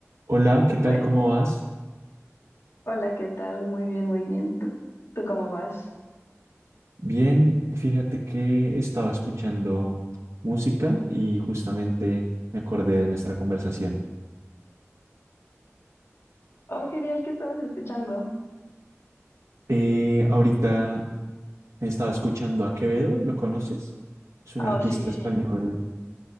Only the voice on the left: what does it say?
Bue-
hola, ¿qué tal? Muy bien, muy bien. ¿Tú, tú cómo vas?
Oh, genial, ¿qué estabas escuchando?
Ah,
Oh, sí, sí.